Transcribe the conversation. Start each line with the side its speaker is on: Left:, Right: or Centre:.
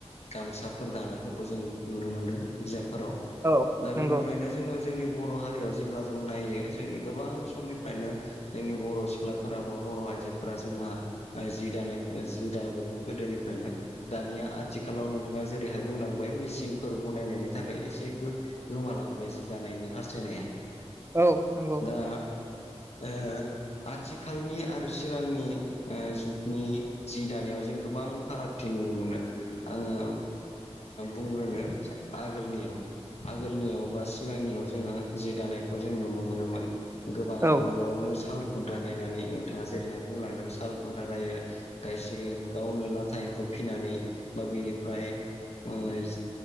Left: गामसाफोर दानायफोरखौ जों नुनो मोनदों बिजाबफोराव
Right: औ
Left: दा
Right: नंगौ
Left: बेनिफ्रायनो जोङो जोंनि बर' हारियाव जेब्ला जों नायो जोंनि गोबां समनिफ्रायनो जोंनि बर' सिख्लाफोरा बा बर' आइजोफोरा जोंहा जि दानाय जि दाबोदों गोदोनिफ्रायनो दानिया आथिखालाव नोंथाङा जेरैहाय बुंलांबाय मेसिनफोर बनायनायनि थाखाय एसे गोमालांबाय जि दानायनि हास्थायनाया
Right: औ नंगौ
Left: दा ओ आथिखालनि आरो सिगांनि ओ जुगनि जि दानायाव जों गोबां फारागथि नुनो मोनो आङो बुंग्रोनो आगोलनियाव आगोलनियाव बा सिगांनियाव जोङो जि दानायखौ जों नुनो मोनोमोन गोबां
Right: औ
Left: न'आवनो साल खुन्था गायनानै नोंथाङा जेरैहाय बुंलांदों साल खुन्था गायो सिगोन गावनो लाथा एम्फौ फिसिनानै बा बिनिफ्राय ओम